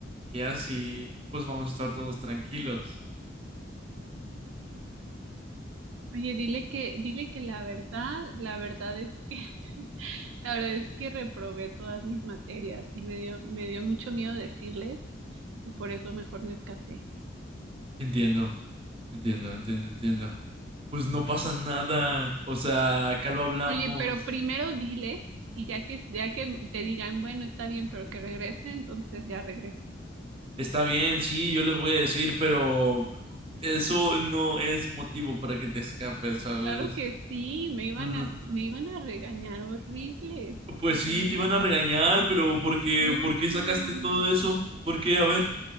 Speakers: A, on the right (about 30°); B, on the right (about 85°).
A: y así pues vamos a estar todos tranquilos.
B: Oye, dile que, dile que la verdad, la verdad es que, <laughs> la verdad es que reprobé todas mis materias y me dio, me dio mucho miedo decirles y por eso mejor me escapé.
A: Entiendo. Entiendo, entiendo, entiendo. Pues no pasa nada, o sea, acá lo hablamos.
B: Oye, pero primero diles y ya que, ya que te digan, bueno, está bien, pero que regrese, entonces ya regreso.
A: Está bien, sí, yo les voy a decir, pero eso no es motivo para que te escapes, ¿sabes?
B: Claro que sí, me iban
A: No.
B: a, me iban a regañar horrible.
A: Pues
B: O
A: sí,
B: sea, no,
A: te iban a regañar, pero ¿por qué,
B: no,
A: por
B: no,
A: qué sacaste
B: no, no,
A: todo
B: no.
A: eso? ¿Por qué? A ver,